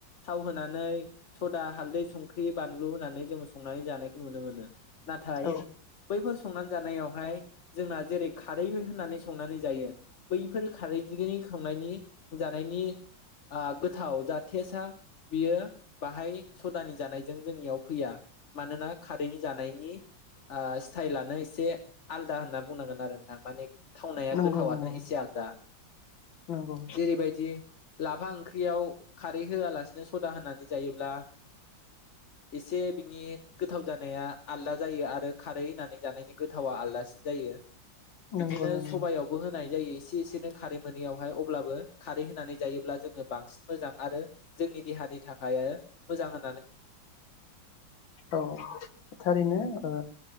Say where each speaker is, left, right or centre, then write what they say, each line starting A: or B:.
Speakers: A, on the left; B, on the left.
A: थाव होनानै सदा हालदै संख्रि बानलु होनानै जोङो संनानै जानाय नुनो मोनो नाथाय
B: औ
A: बैफोर संनानै जानायाव हाय जोंना जेरै खारै होननानै संनानै जायो बैफोर खारैैनि संनायनि जानायनि ओ गोथाव जा थेसाआ बियो बाहाय सदानि जानायजों जोंनियाव फैया। मानोना खारैनि जानायनि ओ स्टाइलानो एसे आलदा होनना बुंनांगोन आरो ना माने थावनाया
B: नंगौ
A: गोथावानो
B: नंगौ
A: एसे आलदा।
B: नंगौ
A: जेरै बायदि लाफा ओंख्रियाव खारै होआलासे नो सदा होनानै जायो ब्ला एसे बिनि गोथाव जा नाया आलादा जायो आरो खारै होननानै जानायनि गोथावा आलादासिन जायो।
B: नंगौ
A: बिदिनो
B: नंगौ
A: सबाइयावबो होनाय जायो एसे एसेनो खारै मोनैयावहाय अ अब्लाबो खारै होनानै जायोब्ला जोङो बांसिन मोजां आरो जोंनि देहानि थाखाय मोजां हो
B: औ थारैनो ओ